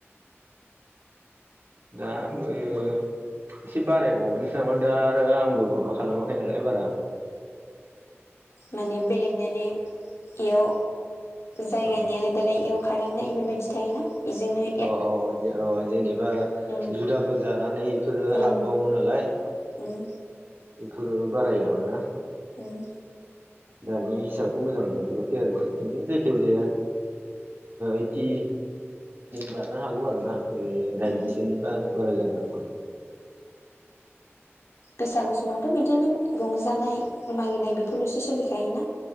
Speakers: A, on the right; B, on the left.
A: दा ओ एसे बारायबावदोंसो नामा दा आरो आंबो माबा खालामाखै नालाय बारा
B: माने बेलेगनिानो इयाव जायगानियानो
A: उम
B: दालाय इयाव खारलांनाय बेफोरबायदि थायोना बेजोंनो
A: अ अ अ अ जेनेबा
B: उम
A: जुदाफोर जानानै इफोरो
B: उम
A: हाबबावो नालाय
B: उम
A: बेफोर बारायलाङोना
B: उम ओ
A: दानि हिसाबखौ मोजां मोनजोबाखै आरो ना बिदिनो जायखि जाया इथि बारनो हागौ आरो ना ओरै दाइनजिसोनि
B: उम
A: बा बारा जानो हागौ
B: गोसागुसुमाथ' बिदिनो रंजानाय मागिनाय बेफोरल'सो सोलिखायोना